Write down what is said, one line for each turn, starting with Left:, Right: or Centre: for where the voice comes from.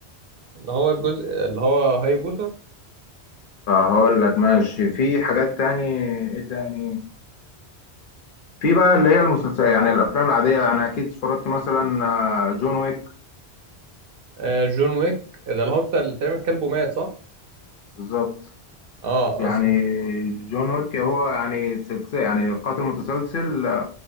Right: اللي هو الجزء اللي هو هاري بوتر
Left: فهقول لك ماشي في حاجات تاني ايه تاني في بقى اللي هي المسلسلات يعني الافلام العاديه يعني اكيد اتفرجت مثلا آه، جون ويك
Right: آه، جون ويك ده اللي هو بتاع اللي تقريبا كلبه مات صح
Left: بالظبط
Right: اه
Left: يعني
Right: اصل
Left: جون ويك هو يعني سلسله يعني قاتل متسلسل